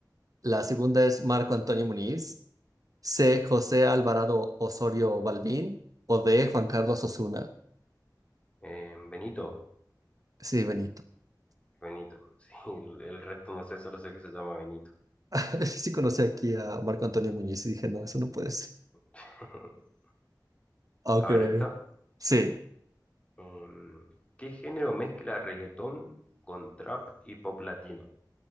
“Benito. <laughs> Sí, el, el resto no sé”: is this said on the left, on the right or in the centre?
Left